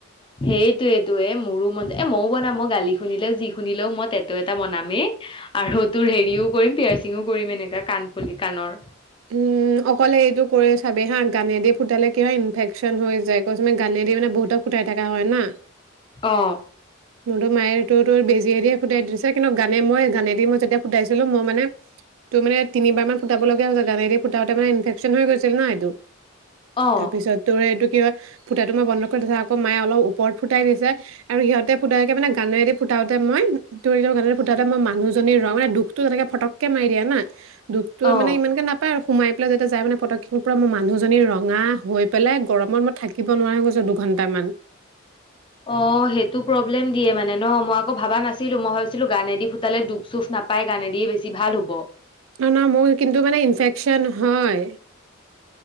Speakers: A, on the left (about 25°); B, on the right (about 70°).
A: সেইটোয়েতো এ মোৰো মন যায় এ মইও বনাম মই গালি শুনিলেও যি শুনিলেও টেঁটু এটা বনামেই, আৰু তোৰ হেৰিও কৰিম পিয়াৰচিংও কৰিম এনেকা কাণ পুলি কাণৰ।
B: উম অকলে এইটো কৰি চাবি হা, গানেদি ফুটালে কি হয় ইনফেকচন হৈ যায় কৈছো নহয় গানেদি মানে বহুতক। থকা হয় না
A: অ
B: মোৰতো মায়ে তটো তোৰ বেজিয়ে দিয়ে ফুটাই দিছে কিন্তু, গানে মই গানেদি মই যেতিয়া ফুটাইছিলো মই মানে। তোৰ মানে তিনিবাৰ মান। সুাবল লগীয়া য <unintelligible> ফুটাও তে মানে ইনফেকশন হৈ গৈছিল ন এইটো
A: অ
B: তাৰপিছত তোৰ এইটো ফুটাটো মই বন্ধ কৰি থ আকৌ মায়ে অলপ ওপৰত ফুটাই দিছে, আৰু সিহঁতে ফুটাইে মানে গানেৰেদি ফুটাওতে মই ত গানেদি ফুটাওতে মই মানুহজনীৰ ৰ মানে দুখটো তেনেকে ফটকে মি দিয়া না দুখতো
A: অ
B: মানে ইমানকৈ নাপ সেই ফালে পাই যাই মানে ফটকে মানুহজনী ৰঙা হৈ পেলাই গৰমত মই থাকিব নোৱাৰ হৈ গৈছোঁ দুঘণ্টামান।
A: অ সেইটো প্ৰব্লেম দিয়ে মানে ন মই আক ভবা নাছিলো মই ভাবিছিলো গানেদি ফুটালে দুখ চুখ নাপাই গানেদিয়ে বেছি ভাল হব।
B: অঁ ন মোৰ কিন্তু মানে ইনফেকশচন হয়